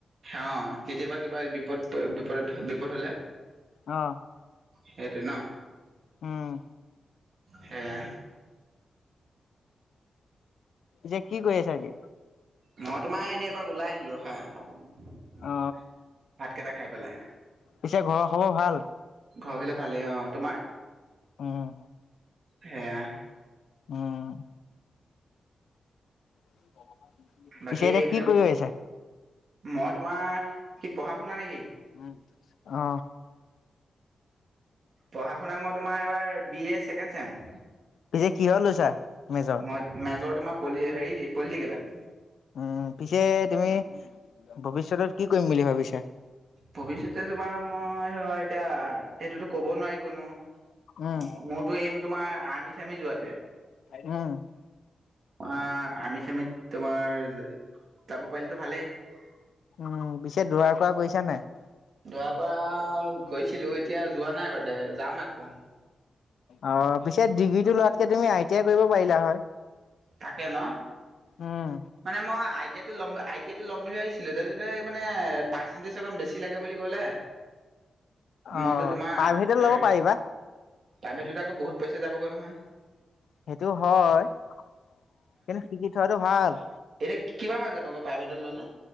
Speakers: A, on the right (about 60°); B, on the left (about 75°).
A: হা কেতিয়াবা কিবা বিপদ বিপদ বিপদ হ'লে
B: অ
A: সেই টো ন
B: উম।
A: সেয়া
B: যে কি কৰি আছা এতিয়া?
A: মই তোমাৰ এনেই এপাক ওলাই আহিলো ৰখা৷
B: অ
A: ভাতকেইটা খাই পেলাই
B: পিছে ঘৰৰ খবৰ ভাল?
A: ঘৰ ফালে ভালেই অ তোমাৰ?
B: উম।
A: হেহ
B: উম <unintelligible>
A: বাকী
B: পিছে এতিয়া
A: এইফালে
B: কি কৰি আহিছা?
A: মই তোমাৰ কি পঢ়া শুনা নেকি?
B: উম। অ
A: পঢ়া শুনা মই তোমাৰ এইবাৰ বি এ ছেকেণ্ড চেম৷
B: পিছে কিহত লৈছা মেজৰ
A: মই মেজৰ তোমাৰ পলি হেৰি পলিটিকেলত৷
B: উম পিছে তুমি ভৱিষ্যতত কি কৰিম বুলি ভাবিছা?
A: ভৱিষ্যতে তোমাৰ মই এতিয়া এইটোতো ক'ব নোৱাৰি কোনো৷
B: উম
A: মোৰতো এইম তোমাৰ আৰ্মি চাৰমি যোৱাতহে৷
B: উম।
A: অ আৰ্মি চাৰ্মিত তোমাৰ যাব পাৰিলেতো ভালেই৷
B: উম পিছে দৌৰা কৰা কৰিছা নাই?
A: দৌৰা কৰা গৈছিলো৷ এতিয়া যোৱা নাই বাদে যাম আকৌ৷
B: অ পিছে ডিগ্ৰী টো লোৱাতকে তুমি আই টি আই কৰিব পাৰিলা হয়৷
A: তাকে ন?
B: উম
A: মানে মই আই টি আই টো ল'ম আই টি আই টো ল'ম <unintelligible> তাৰছতে মানে পাৰ্চেন্টেজটো অকন বেছি লাগে বুলি কলে৷
B: অ
A: মোৰতো তোমাৰ
B: প্ৰাইভেটত
A: হেৰি
B: ল'ব পাৰিবা
A: প্ৰাইভেটত আকৌ বহুত পইচা যাবগৈ নহয়!
B: সেইটো হয়৷কিন্তু শিকি থোৱাটো ভাল৷
A: এতিয়া কিবা মান যাব আকৌ প্ৰাইভেটত লৈলে?